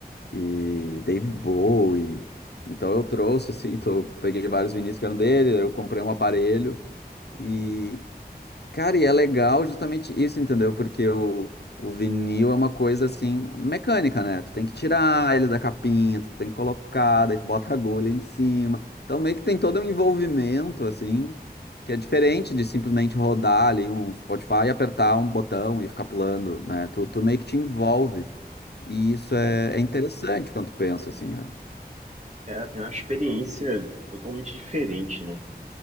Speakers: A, on the left; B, on the right.
A: e David Bowie. Então eu trouxe, assim, <laughs> então eu peguei vários vinis que eram dele, eu comprei um aparelho e, cara, e é legal justamente isso, entendeu? Porque o, o vinil é uma coisa, assim, mecânica, né? Tu tem que tirar ele da capinha, tu tem que colocar, daí tu bota a agulha em cima. Então meio que tem todo um envolvimento, assim, que é diferente de simplesmente rodar ali um Spotify e apertar um botão e ficar pulando, né? Tu, tu meio que te envolve. E isso é,
B: É,
A: é interessante quando tu pensa assim, ó.
B: é, tem uma experiência totalmente diferente, né?